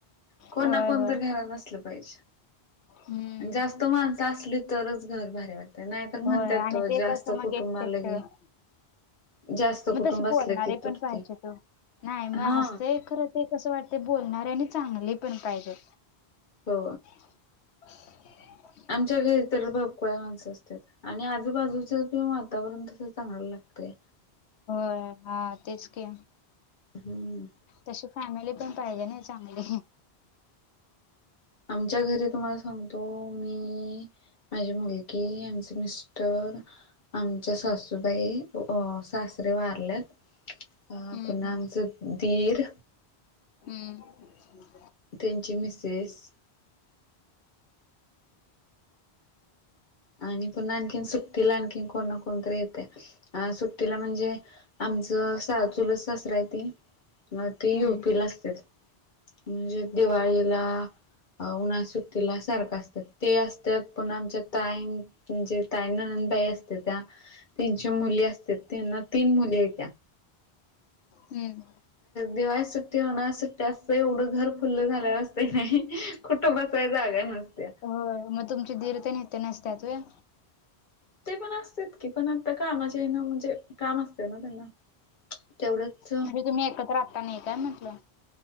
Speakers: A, on the left (about 50°); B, on the left (about 85°).
A: कोण
B: होय
A: ना, कोण
B: होय
A: तर घरात असलं पाहिजे
B: हम्म
A: आणि जास्त माण सं, असले तरच घर भारी वाटतय, नाही तर म्हणतात
B: होय आणि
A: तो
B: ते
A: जास्त
B: कसं मग
A: कुटुंबाला
B: एकटएकटं.
A: की जास्त
B: म
A: कुटुंब
B: तशे
A: असलं
B: बोलणारे
A: की तुटते
B: पण पाहिजेत ओ, नाही म
A: हा
B: हास्तेय खर ते कसं वाटते, बोलणारे आणि चांगले पण, पाहिजे.
A: हो
B: <inaudible>
A: आमच्या घरी तर बा <unintelligible> माणसं असत्यात आणि आजूबाजूच पण वातावरण, तसं चांगलं लागतय.
B: होय, हां, तेच की.
A: हम्.
B: तशी फॅमिली पण पाहिजे ना, चांगली.
A: आमच्या घरी तुम्हाला सांगतो, मी, माझी मुलगी, आमचे मिस् टर, आमच्या सासूबाई, अ सासरे वारल्यात. अ
B: हम्म
A: पुण्हा
B: हम्म
A: आमचं, दीर
B: हम्म.
A: त्यांची मिसेस आणि पुन्हा, आणखीन सुट्टीला, आणखीन कोण ना कोणतरी येते, अ सुट्टीला म्हणजे आमचं स चुलत सासर हाय ते. म ते युपी
B: हम्म
A: ला असत्यात, म्हणजे दिवाळीला
B: हा हा
A: अ उन्हा सुट्टीला सारखं असत्यात, ते असतात, पुन्हा आमच्या ताई म्हणजे ताई, ननंदबाई असते त्या, त्यांची मुली असते, त्यांना तीन मुली ये त्या.
B: हम्म
A: दिवाळी सुट्टी, उन्हाळा सुट्टी असते, एवढं घर फुल झाल्या असतं, नाही कुठं बसाय, जागा नसत्या.
B: होय म तुमचे दीर तेनी ते नसतात वय?
A: ते पण असतात की, पण आता कामाचेे हेना, म्हणजे काम असते ना त्यांना. तेवढंच
B: म्हणजे तुम्ही एकत्र आत्ता, नाही काय म्हंटलं?